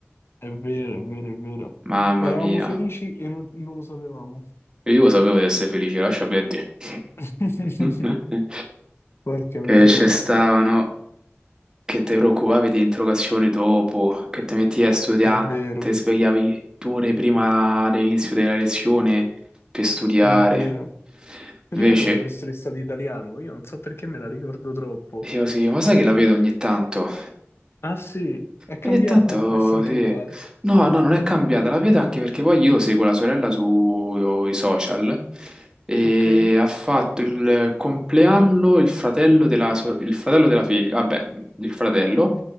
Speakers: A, on the left; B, on the right.
A: È vero, è vero, è vero.
B: Mamma
A: Eravamo
B: mia,
A: felici e non, non lo sapevamo.
B: io sapevo di essere felice, lascia perdere.
A: <laughs>
B: <laughs>
A: Porca
B: Che
A: miseria.
B: ci stavano. che ti preoccupavi di interrogazioni dopo, che ti metti a studiare,
A: È vero,
B: ti svegliavi due ore prima dell'inizio della lezione per studiare.
A: è vero. Ti
B: Invece,
A: ricordi la professoressa di italiano? Io non so perché me la ricordo troppo.
B: io sì, ma sai che la vedo ogni tanto?
A: Ah sì, è cambiata?
B: Ogni tanto
A: È sempre
B: sì.
A: uguale.
B: No, no, non è cambiata la vedo anche perché poi io seguo la sorella sui social e
A: Ok.
B: ha fatto il compleanno il fratello della, so- il fratello della figlia, vabbè, il fratello,